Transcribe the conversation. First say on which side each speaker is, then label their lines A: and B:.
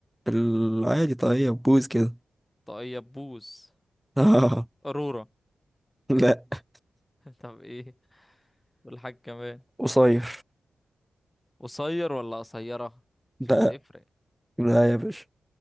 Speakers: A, in the centre; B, on the left.
A: العادي طيب بوز كده
B: طاقية بوز
A: <laughs> آه.
B: قرورة
A: لا
B: طب ايه والحاج كمان
A: قصير
B: قصير ولا قصيرة عشان
A: لا
B: تفرق
A: لا يا باشا